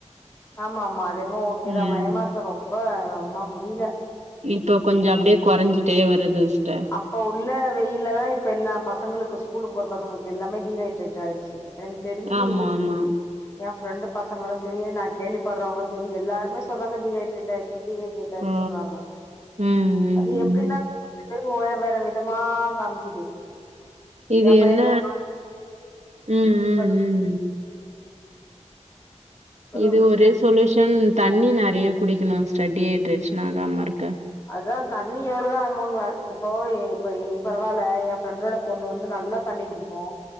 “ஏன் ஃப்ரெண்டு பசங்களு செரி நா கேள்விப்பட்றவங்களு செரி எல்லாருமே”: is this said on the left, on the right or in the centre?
Left